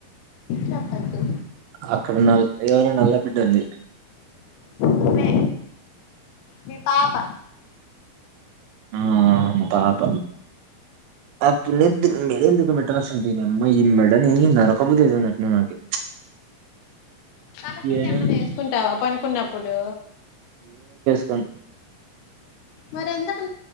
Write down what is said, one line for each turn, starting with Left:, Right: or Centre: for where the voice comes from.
Left: చెప్పద్దు
Right: అక్కడ ఎవరో నల్ల బిడ్డ ఉంది
Left: నువ్వే మీ పాప
Right: ఆ పాప ఆ పి ఎందుకు మేడెందుకు దీని అమ్మ మెడని నరకబుద్ది అయితాంది నాకి
Left: తల కింద
Right: ఏ
Left: వేసుకుంటావా పనుకున్నప్పుడు
Right: సం
Left: మరి ఎందుకు